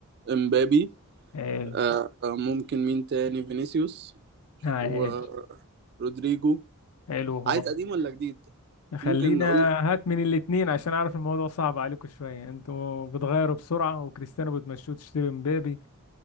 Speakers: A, on the right; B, on the left.
A: امبابي
B: حلو
A: آه آه، ممكن مين تاني فينيسيوس
B: عايش
A: ورودريجو
B: حلو خالص
A: عايز قديم ولا جديد؟
B: خلينا
A: ممكن اقول
B: هات من الاتنين عشان اعرف الموضوع صعب عليكم شوية انتوا بتغيروا بسرعة وكريستيانو بتمشوه تشتري مبابي